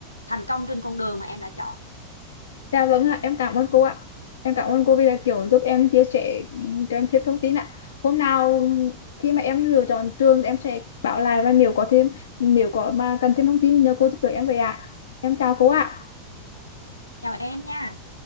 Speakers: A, on the left; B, on the left.
A: thành công trên con đường mà em đã chọn
B: Dạ vâng ạ, em cảm ơn cô ạ. Em cảm ơn cô vì là kiểu giúp em chia sẻ cho em thêm thông tin ạ. Hôm nào khi mà em lựa chọn trường em sẽ báo lại và nếu có thêm nếu có mà cần thêm thông tin thì nhờ cô giúp đỡ em vậy ạ. Em chào cô ạ.
A: chào em nha